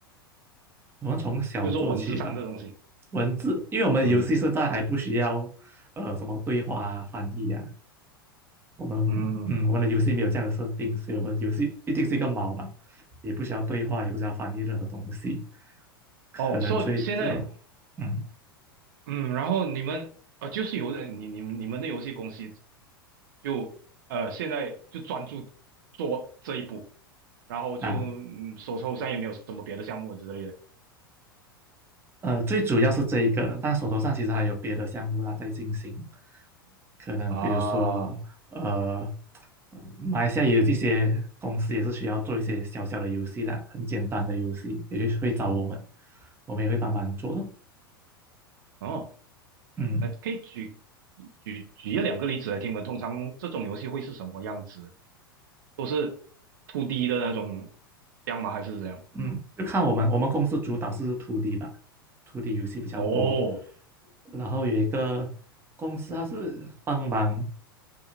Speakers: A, on the right; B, on the right.
A: 我们从小做起吧。
B: 就是说文字上这东西，
A: 文字，因为我们游戏现在还不需要呃什么对话啊、
B: 嗯
A: 翻译啊，我们嗯我们的游戏没有这样的设定，
B: 嗯，
A: 所以我们游戏一定是一个猫嘛，也不需要对话，也不需要翻译任何东西，可能最呃
B: 哦，所以现在
A: 嗯
B: 嗯，然后你们呃，就是有的你你们你们的游戏公司就呃现在就专注做这一步，然后就嗯手头上也没有什么别的项目之类的
A: 啊呃，最主要是这一个，但手头上其实还有别的项目啦在进行，可能比如说呃，
B: 啊，
A: 呃马来西亚也有一些公司也是需要做一些小小的游戏啦，很简单的游戏，也就会找我们，我们也会帮忙做咯。
B: 哦。
A: 嗯。
B: 呃，可以举举举一两个例子来听闻，通常这种游戏会是什么样子？都是 two d 的那种，这样吗？还是怎样？
A: 嗯，就看我们我们公司主打是 2D 吧，2D 游戏比较多。
B: 哦，
A: 然后有一个公司，它是帮忙